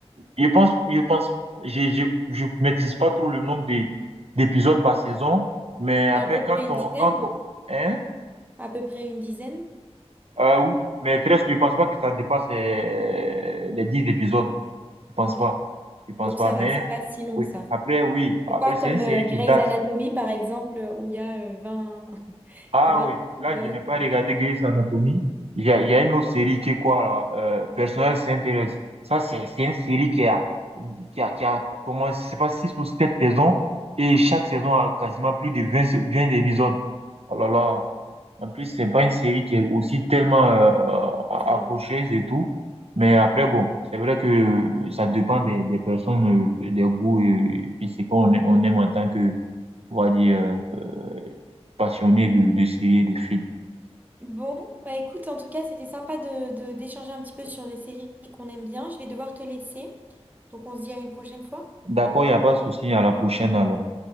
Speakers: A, on the right; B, on the right.
A: Je pense, je pense, je, je, je maîtrise pas trop le nombre d'é- d'épisodes par saison, mais après,
B: Mais à peu
A: quand
B: près une
A: on,
B: dizaine?
A: quand on, hein,
B: À peu près une dizaine?
A: euh, oui, mais 13, je pense pas que ça dépasse euh, les 10 épisodes. Je pense
B: Ok.
A: pas, je pense
B: Donc
A: pas,
B: ça va,
A: mais
B: c'est pas si long
A: oui,
B: que ça.
A: après, oui, après,
B: C'est pas comme
A: c'est une série
B: euh, Grey's
A: qui date.
B: Anatomy, par exemple, euh, où il y a euh, 20 <laughs>
A: Ah
B: 20
A: oui,
B: épisodes.
A: là, je n'ai pas regardé Grey's Anatomy. Il y a, il y a une autre série qui est quoi, là? Euh, Personnel s'intéresse. Ça, c'est c'est une série qui a, qui a, qui a comment, je sais pas, six ou sept saisons. Et chaque saison a quasiment plus de vingt sé- 20 épisodes. Oh là là. En plus, c'est pas une série qui est aussi tellement euh, accrocheuse
B: Ça, c'est long.
A: et tout. Mais après, bon, c'est vrai que euh, ça dépend des, des personnes, euh, des goûts, euh, et c'est qu'on on aime en tant que, on va dire, euh, euh, passionné de, de séries et de films.
B: Bon, bah écoute, en tout cas, c'était sympa de, de- d'échanger un petit peu sur les séries qu'on aime bien. Je vais devoir te laisser. Donc on se dit à une prochaine fois.
A: D'accord, il n'y a pas de souci. À la prochaine alors.